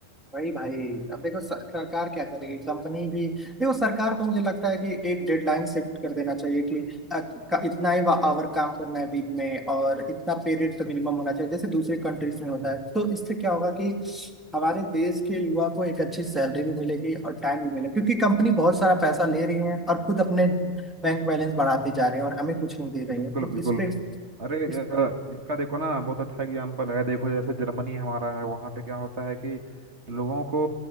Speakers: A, in the centre; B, on the right.
A: वही भाई अब देखो सर- सरकार क्या करेगी कंपनी भी देखो सरकार को मुझे लगता है कि एक डेडलाइन शिफ्ट कर देना चाहिए कि अ, का- इतना ही आवर काम करना है वीक में और इतना पीरियड तो मिनिमम होना चाहिए जैसे दूसरे कंट्रीज में होता है तो इससे क्या होगा कि हमारे देश के युवा को एक अच्छी सैलरी भी मिलेगी और टाइम भी मिलेगा क्योंकि कंपनी बहुत सारा पैसा ले रही है और खुद अपने बैंक बैलेंस बढ़ाती जा रही है और हमें कुछ नहीं दे रही
B: बिल्कुल
A: है तो
B: बिल्कुल
A: इस पे
B: अरे अ,
A: इस,
B: इसका देखो ना बहुत अच्छा एग्जाम्पल है देखो जैसे जर्मनी हमारा है वहाँ पे क्या होता है कि लोगों को